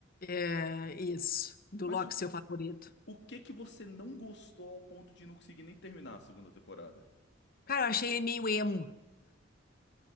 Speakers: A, on the left; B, on the left.
A: É, isso, do
B: Mas
A: Loki
B: o,
A: ser o favorito.
B: o que que você não gostou ao ponto de não conseguir nem terminar a segunda temporada?
A: Cara, eu achei ele meio emo.